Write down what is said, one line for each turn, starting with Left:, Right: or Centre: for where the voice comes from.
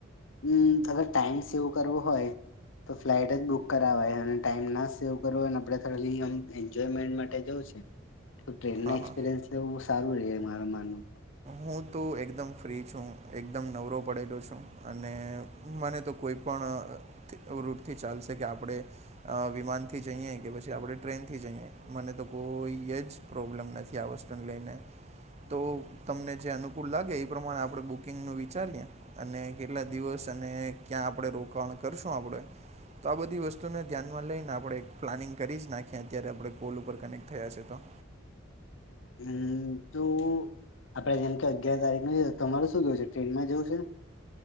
Left: હમ ટાઈમ સેવ કરવો હોય. તો ફ્લાઇટ જ બુક કરાવવાય અને ટાઈમ ના સેવ કરવો હોય અને આપણે ખાલી આમ એન્જોયમેન્ટ માટે જઉં છે. ટ્રેન
Right: હા
Left: નો
Right: હા
Left: એક્સપિરિયન્સ લેવું સારું રેય મારા માનવા
Right: હું તો એકદમ ફ્રી છું એકદમ નવરો પડેલો છું અને. મને તો કોઈ પણ રૂટથી ચાલશે કે આપણે વિમાનથી જઈએ કે પછી આપણે ટ્રેનથી જઈએ મને તો કોઈ જ પ્રોબ્લેમ નથી આ વસ્તુને લઈને તો તમને જે અનુકૂળ લાગે એ પ્રમાણે આપણે બુકિંગનું વિચારીએ, અને કેટલા દિવસ અને ક્યાં આપણે રોકાણ કરશું આપડે, તો આ બધી વસ્તુને ધ્યાનમાં લઈને આપણે એક પ્લાનિંગ કરી જ નાખીએ અત્યારે આપણે કોલ ઉપર કનેક્ટ થયા છે તો.
Left: હમ તો આપડે જેમ કે અગિયાર તારીખ જવું છે તો તમારે શું કેવું છે ટ્રેનમાં જોવું છે